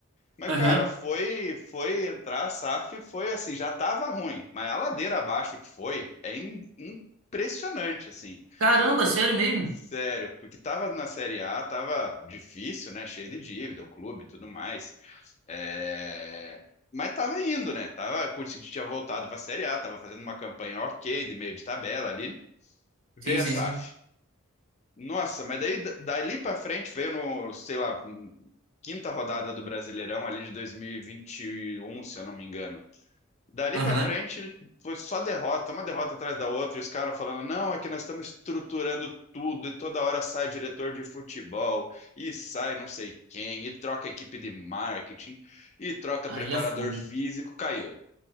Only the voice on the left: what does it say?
Mas,
cara, foi foi entrar a SAF, foi assim, já tava ruim, mas a ladeira abaixo que foi é im- impressionante, assim.
Sério, porque tava na Série A, tava difícil, né? Cheio de dívida, o clube e tudo mais. É, Mas tava indo, né? Tava, tinha voltado pra Série A, tava fazendo uma campanha ok, de meio de tabela ali. Veio
a SAF.
Nossa, mas daí dali pra frente veio no, sei lá, quinta rodada do Brasileirão ali de 2021, se eu não me engano. Dali
pra frente foi só derrota, uma derrota atrás da outra, e os caras falando: não, é que nós estamos estruturando tudo, e toda hora sai diretor de futebol, e sai não sei quem, e troca equipe de marketing, e troca
preparador
físico. Caiu.